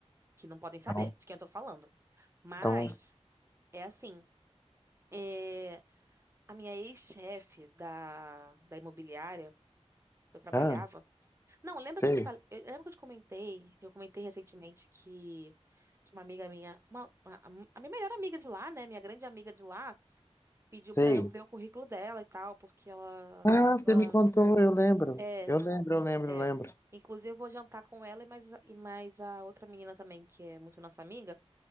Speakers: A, on the right; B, on the left.
A: que não podem saber
B: Então,
A: de quem eu tô falando. Mas
B: então,
A: é assim. É, a minha ex-chefe da, da imobiliária que eu trabalhava.
B: ah,
A: Não, lembra
B: sei,
A: que eu te falei, eu, lembra que eu te comentei, que eu comentei recentemente que, que uma amiga minha, uma, a, a minha melhor amiga de lá, né, minha grande amiga de lá, pediu
B: sei.
A: pra eu ver o currículo dela e tal, porque ela
B: Ah,
A: tava,
B: você me contou, eu lembro.
A: é,
B: Eu lembro, eu lembro,
A: é.
B: eu lembro.
A: Inclusive eu vou jantar com ela e mais, a- e mais a outra menina também, que é muito nossa amiga,